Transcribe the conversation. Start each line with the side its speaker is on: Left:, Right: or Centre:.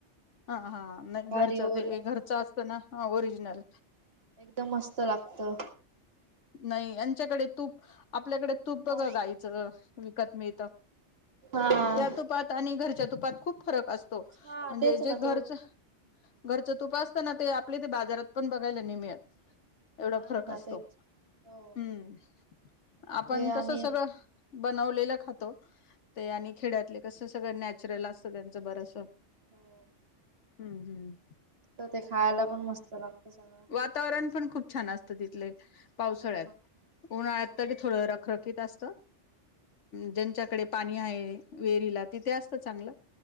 Left: हा हा नाही घरच्या
Right: भारी ओरिच
Left: ते घरचं असतं ना ओरि जिनल.
Right: एकदम मस्त लागत
Left: नाही यांच्याकडे तूप आपल्याकडे तूप बघा
Right: हा
Left: गाईचं विकत मिळतं.
Right: हा
Left: त्या तुपात आणि घरच्या तुपात खूप फरक असतो
Right: हा
Left: म्हणजे
Right: तेच ना तो
Left: घरचे तुप असतं ना ते आपल्या इथे बाजारात पण बघायला नाही मिळत.
Right: नाही
Left: एवढा फरक
Right: ना
Left: असतो
Right: तेच हो
Left: हम्म
Right: इकडे
Left: आपण
Right: आणि
Left: कसं सगळं बनवलेलं खातो ते आणि खेड्यातले कसं सगळं नॅचरल असत त्यांचं बरचसं.
Right: हो.
Left: हम्म हम्म.
Right: तर ते खायला पण मस्त लागत सगळं.
Left: वातावरण पण खूप छान असतं तिथले. पावसळ्यात,
Right: हो ना
Left: उन्हाळ्यात
Right: हो
Left: तरी थोडं रखरखीत असतं. ज्यांच्याकडे पाणी आहे विहिरीला तिथे असतं चांगलं.